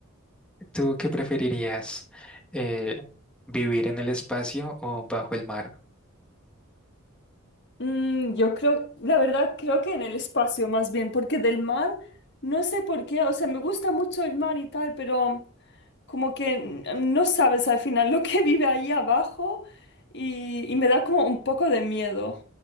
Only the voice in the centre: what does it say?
¿Tú qué preferirías? eh, ¿vivir en el espacio o bajo el mar?